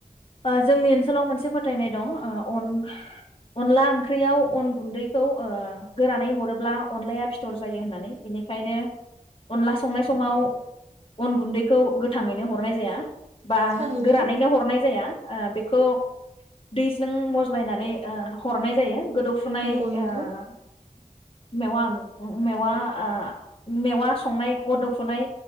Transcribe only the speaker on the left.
ओ जोंनि ओनसोलाव मोनसे फोथायनाय दं अन अनला ओंख्रियाव अन गुन्दैखौ ओ गोरानै हरोब्ला अनलाया फिथर जायो होननानै बिनिखायनो अनला संनाय समाव अन गुन्दैखौ गोथाङैनो हरनाय जाया। बा
गोरानैनो हरनाय जाया। ओ बेखौ दैजों मज्लायनानै हरनाय जायो। गोदौफुनाय
ओ मेवा-मेवा-मेवा संनाय गद गोदौफुनाय